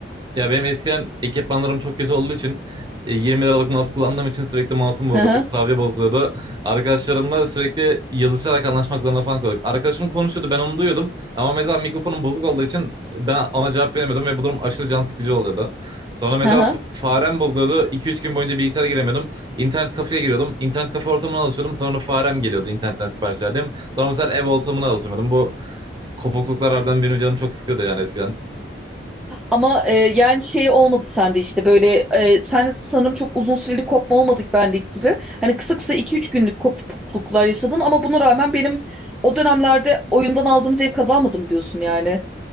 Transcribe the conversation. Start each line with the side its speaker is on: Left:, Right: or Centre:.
Right: Ya benim eskiden ekipmanlarım çok kötü olduğu için e, 20 liralık mouse kullandığım için sürekli mouse'um bozuldu,
Centre: Hı hı.
Right: klavye bozuluyordu. Arkadaşlarımla sürekli yazışarak anlaşmak zorunda falan kalıyorduk. Arkadaşım konuşuyordu ben onu duyuyordum ama mesela mikrofonum bozuk olduğu için ben ona cevap veremiyordum ve bu durum aşırı can sıkıcı oluyordu. Sonra mesela
Centre: Hı hı.
Right: f- farem bozuluyordu. iki üç gün boyunca bilgisayara giremiyordum. İnternet kafeye giriyordum. İnternet kafe ortamına alışıyordum. Sonra farem geliyordu internetten sipariş verdim. Sonra mesela ev ortamına alışıyordum. Bu kopukluklar harbiden benim canım çok sıkıyordu yani eskiden.
Centre: Ama e, yani şey olmadı sende işte böyle e, sen sanırım çok uzun süreli kopma olmadık benlik gibi. Hani kısa kısa 2-3 günlük kopukluklar yaşadın ama buna rağmen benim o dönemlerde oyundan aldığım zevk kazanmadım diyorsun yani.